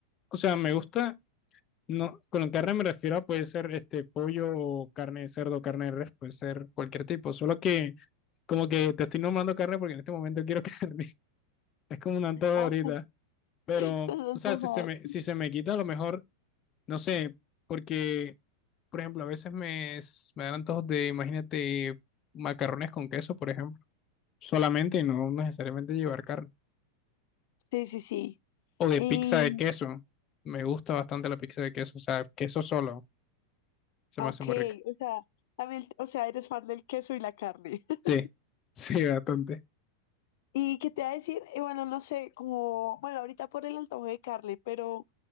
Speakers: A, on the left; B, on the left.
A: o sea, me gusta No, con carne me refiero a puede ser este pollo o carne de cerdo, carne de res, puede ser cualquier tipo. Solo que como que te estoy nombrando carne porque en este momento quiero <laughs> carne. Es como un antojo ahorita.
B: Ah,
A: Pero,
B: estás más
A: o sea,
B: mojado.
A: si se me, si se me quita, a lo mejor, no sé, porque, por ejemplo, a veces me, s- me dan antojos de, imagínate, macarrones con queso, por ejemplo, solamente y no necesariamente llevar carne.
B: Sí, sí, sí.
A: O de
B: Y,
A: pizza de queso. Me gusta bastante la pizza de queso, o sea, queso solo. Se
B: ah,
A: me hace
B: ok,
A: muy rica.
B: o sea, también, o sea, eres fan del queso y la carne. <laughs>
A: Sí, <laughs> sí, bastante.
B: ¿Y qué te va a decir? Eh, bueno, no sé, como, bueno, ahorita por el antojo de carne, pero